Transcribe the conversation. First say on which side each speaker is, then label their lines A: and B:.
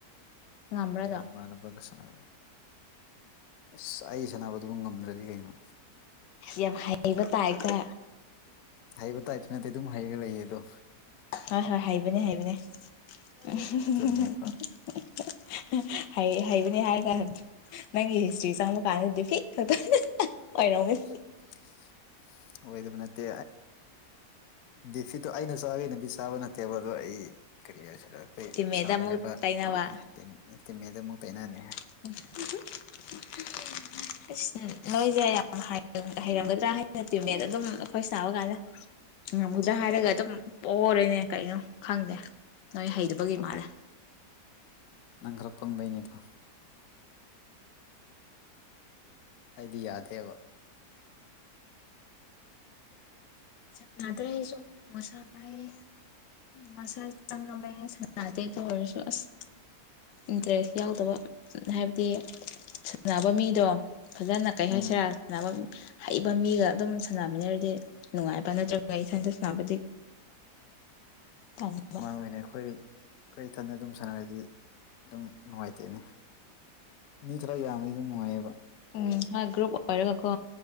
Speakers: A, on the left; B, on the left.
A: ꯉꯝꯕ꯭ꯔꯥꯗꯣ
B: ꯑ <unintelligible> ꯏꯃꯥꯟꯅꯕꯒ ꯁꯥꯟꯅꯕ ꯑꯁ ꯑꯩ ꯁꯥꯟꯅꯕꯗꯨ ꯉꯝꯗ꯭ꯔꯗꯤ ꯀꯩꯅꯣ
A: ꯌꯥꯝ ꯍꯩꯕ ꯇꯥꯏꯞꯇ
B: ꯍꯩꯕ ꯇꯥꯏꯞꯇ ꯅꯠꯇꯦ ꯑꯗꯨꯝ ꯍꯩꯔ ꯂꯩꯌꯦ ꯑꯗꯣ
A: ꯍꯣꯏ ꯍꯣꯏ ꯍꯩꯕꯅꯦ ꯍꯩꯕꯅꯦ <unintelligible>
B: ꯑꯗꯨꯅꯦꯕ
A: ꯍꯩ ꯍꯩꯕꯅꯦ ꯍꯥꯏꯔꯒꯥꯟ ꯅꯪꯒꯤ ꯍꯤꯁꯇ꯭ꯔꯤ ꯆꯪꯕ ꯀꯥꯟꯗ ꯗꯤ ꯐꯤꯠꯈꯛꯇ <unintelligible> ꯑꯣꯏꯔꯝꯒꯅꯤ
B: <unintelligible> ꯑꯣꯏꯗꯕ ꯅꯠꯇꯦ ꯑ ꯗꯤꯐꯤꯠꯇꯣ ꯑꯩꯅ ꯆꯥꯒ‌ꯦꯅꯗꯤ ꯆꯥꯕ ꯅꯠꯇꯦꯕ ꯑꯗꯣ ꯑꯩ ꯀꯔꯤ ꯍꯥꯏꯖꯤ ꯔꯥ ꯑꯩꯈꯣꯏ
A: ꯇꯤꯝꯃꯦꯠꯗ
B: ꯁꯥꯟꯃꯤꯟꯅꯕ
A: ꯑꯃꯨꯛ ꯇꯩꯅꯕ
B: ꯇꯤꯝ ꯇꯤꯝꯃꯦꯠꯗ ꯑꯃꯨꯛ ꯇꯥꯏꯅꯅꯤ
A: <unintelligible> ꯑꯁ
B: ꯑꯁ
A: ꯅ‌ꯣꯏꯖꯦ ꯌꯥꯝ ꯍꯥꯏ <unintelligible> ꯍꯩꯔꯝꯒꯗ꯭ꯔꯥ ꯍꯥꯏꯅ ꯇꯤꯃꯦꯠ ꯑꯗꯨꯝ ꯑꯩꯈꯣꯏ ꯁꯥꯟꯅꯕꯀꯥꯟꯗ ꯉꯝꯒꯗ꯭ꯔꯥ ꯍꯥꯏꯔꯒ ꯑꯗꯨꯝ ꯄ‌ꯣꯔ‌ꯦꯅꯦ ꯀꯩꯅꯣ ꯈꯪꯗꯦ ꯅꯣꯏ ꯍꯩꯇꯕꯒꯤ ꯃꯥꯜꯂꯦ
B: ꯅꯪ ꯈ꯭ꯔ ꯄꯪꯕꯩꯅ‌ꯦꯗꯣ ꯑꯩꯗꯤ ꯌꯥꯗꯦꯕ
A: ꯁꯥꯟꯅꯗ꯭ꯔꯦ ꯑꯩꯖꯨ ꯉꯁꯥꯏ ꯉꯁꯥꯏ ꯆꯪꯂꯝꯃꯦ ꯁꯥꯟ <inaudible> ꯅꯥꯗ‌ꯦ ꯗꯨ ꯑꯣꯏꯔꯁꯨ ꯑꯁ ꯏꯟꯇꯔꯦꯁ ꯌꯥꯎꯗꯕ ꯍꯥꯏꯕꯗꯤ ꯁꯥꯟꯅꯕ ꯃꯤꯗꯣ ꯐꯖꯅ ꯀꯩ
B: ꯎꯝ
A: ꯍꯥꯏꯁꯤꯔꯥ ꯁꯅꯕ ꯃ ꯍꯩꯕ ꯃꯤꯒ ꯑꯗꯨꯝ ꯁꯥꯟꯅꯃꯤꯟꯅꯔꯗꯤ ꯅꯨꯡꯉꯥꯏꯕ ꯅꯠꯇ꯭ꯔꯒ ꯏꯊꯟꯗ ꯁꯟꯅꯥꯕꯗꯤ ꯇꯟꯕꯥ
B: ꯍ‌ꯣꯏꯅ‌ꯦ ꯈꯣꯏ ꯈꯣꯏ ꯏꯊꯟꯗ ꯑꯗꯨꯝ ꯁꯥꯟꯅꯔꯗꯤ ꯑꯗꯨꯝ ꯅꯨꯡꯉꯥꯏꯇꯦꯅꯤ ꯃꯤ ꯈꯔ ꯌꯥꯝꯃꯗꯤ ꯗꯨꯝ ꯅꯨꯡꯉꯥꯏꯌꯦꯕ
A: ꯎꯝ ꯍꯣꯏ ꯒ꯭ꯔꯨꯞ ꯑꯣꯏꯔꯒꯀꯣ꯫